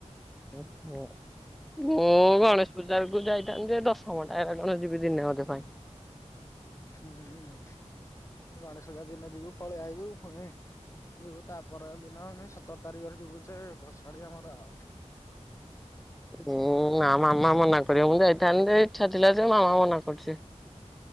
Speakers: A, in the centre; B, on the left.
A: ଓହୋ। ମୁଁ ଗଣେଶ ପୂଜାକୁ ଯାଇଥାନ୍ତିଯେ ଦଶଘଣ୍ତା ହେରା କଣ ଯିବି ଦିନେ ଅଧେ ପାଇଁ।
B: ହୁଁ ହୁଁ ଗଣେଶ ପୂଜା ଦିନେ ଯିବୁ ପଳେଇ ଆଇିବୁ ପୁଣି ଯିବୁ ତାପର ଦିନ ଆମେ ସତର ତାରିଖରେ ଯିବୁ ସେ ଭସାଣି ଆମର ଆଉ।
A: ଉୁଁ ନାଁ ମାମା ମନା କରିବ ମୁଁ ଯାଇଥାନ୍ତିଯେ ଇଚ୍ଛା ଥିଲାଯେ ମାମା ମନା କରୁଚି।